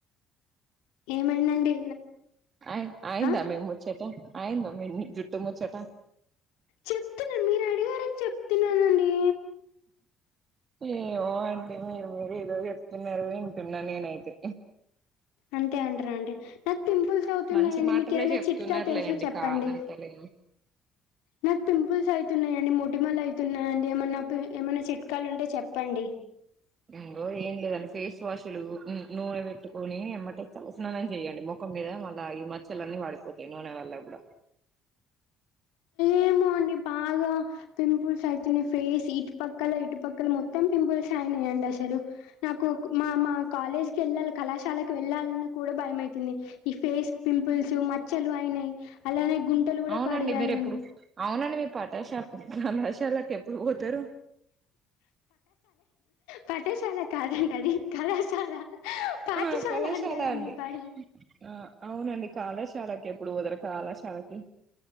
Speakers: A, on the left; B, on the right.
A: ఏమైందండి
B: అయి అయ్యిందా
A: ఆ
B: మీ ముచ్చట అయిందా మీ మీ జుట్టు ముచ్చట
A: చెప్తున్నా మీరు అడిగారని చెప్తున్నానండి.
B: ఏమో అండి మీరు మీరు ఏదో చెప్తున్నారు వింటున్నా నీను అయితే
A: అంతే అంటారు అండి. నాకు పింపుల్స్ అవుతున్నాయండి
B: మంచి మాటలే
A: మీకు ఏదైనా
B: చెప్తున్నారులేండి
A: చిట్కా తెలుసా చెప్పండి.
B: కాదంటలేను
A: నాకు పింపుల్స్ అయి తున్నాయండి మొటిమలు అవుతున్నాయాండి ఏమన్నా ఏమన్నా చిట్కాలు ఉంటే చెప్పండి.
B: ఇంగొ ఏం లేదండి ఫేస్ వాషులు నూనె పెట్టుకొని ఎమ్మటే తల స్నానం చెయ్యండి మొఖ మొఖం మీద మళ్ళా ఈ మచ్చలన్నీ వాడిపోతాయి నూనె వల్ల కూడా
A: ఏమో అండి బాగా పింపుల్స్ అవుతున్నాయి ఫేస్ ఇటు పక్కల ఇటుపక్కల మొత్తం పింపుల్స్ ఏ అండి ఏంది అసలు నాకు మా మా కాలేజ్ వెళ్ళాలి కళాశాలకు వెళ్ళాలన్న కూడా భయమైతుంది ఈ ఫేస్ పింపుల్స్ మచ్చలు అయినాయి అలానే గుంతలు కూడా
B: అవునండి
A: పడినాయి
B: మీరు ఎప్పుడు అవునండి మీ పాఠశాల కళాశాల ఎప్పుడు పోతారు
A: పాఠశాల కాదండి అది కళాశాల పాఠశాల
B: ఆ కళాశాల
A: అంటారండి
B: అండి
A: బడి
B: ఆ అవునండి కళాశాలకి ఎప్పుడు పోతారు కళాశాలకి